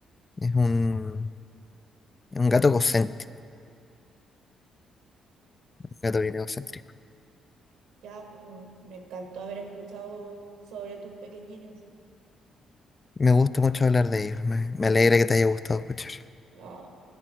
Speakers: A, on the left (about 25°); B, on the right (about 85°).
A: Es un, es un gato egocéntrico, un gato bien egocéntrico.
B: ya, pues me encantó haber escuchado sobre tus pequeñines.
A: Me gusta mucho hablar de ellos. Me, me alegra que te haya gustado escuchar.
B: No.